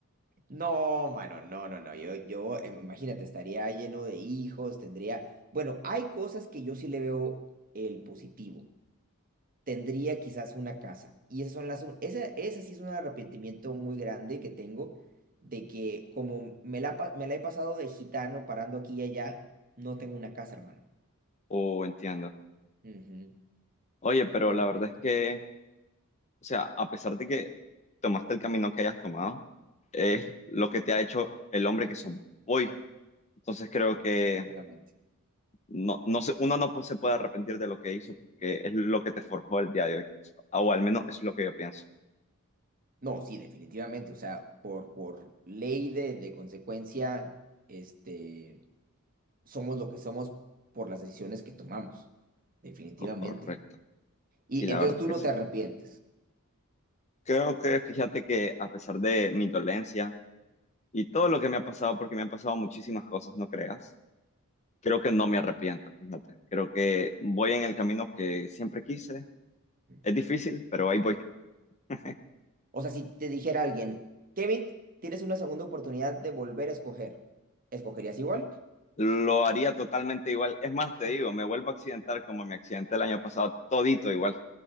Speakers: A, on the right (about 40°); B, on the left (about 30°).
A: no, mano, no, no, no, yo, yo, em, imagínate, estaría lleno de hijos, tendría, bueno, hay cosas que yo sí le veo el positivo. tendría quizás una casa. Y esas son las, un- esa, esa sí es un arrepentimiento muy grande que tengo de que como me la, pa- me la he pasado de gitano parando aquí y allá, no tengo una casa, hermano.
B: o entiendo.
A: Ujú,
B: Oye, pero
A: Yo
B: la verdad
A: rento.
B: es que, o sea, a pesar de que tomaste el camino que hayas tomado, es lo que te ha hecho el hombre que sos hoy. Entonces creo que
A: Definitivamente.
B: no, no se- uno no pu- se puede arrepentir de lo que hizo, porque es lo que te forjó el día de hoy. O al menos eso es lo que yo pienso.
A: No, sí, definitivamente. O sea, por, por ley de, de consecuencia, este, somos lo que somos por las decisiones que tomamos. Definitivamente.
B: Correcto.
A: Y
B: Sí, la
A: entonces
B: verdad es
A: tú
B: que
A: no
B: sí.
A: te arrepientes.
B: Creo que, fíjate que a pesar de mi dolencia, Y todo lo que me ha pasado, porque me han pasado muchísimas cosas, no creas, creo que no me arrepiento, fíjate. Creo que voy en el camino que siempre quise.
A: Ujú.
B: Es difícil, pero ahí voy. <laughs>
A: O sea, si te dijera alguien, Kevin, tienes una segunda oportunidad de volver a escoger, ¿escogerías igual?
B: Lo haría totalmente igual. Es más, te digo, me vuelvo a accidentar como me accidenté el año pasado, todito igual,